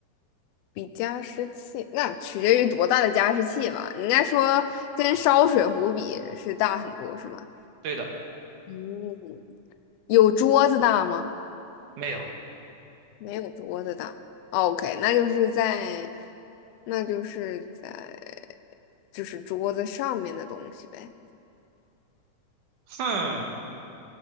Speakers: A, on the left (about 80°); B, on the right (about 80°).
A: 比加湿器，那取决于多大的加湿器吧。应该说跟烧水壶比是大很多，是吗？
B: 对的，
A: 嗯，有桌子大吗？
B: 没有，
A: 没有桌子的。OK，那就是在，那就是在，就是桌子上面的东西呗。
B: 哼，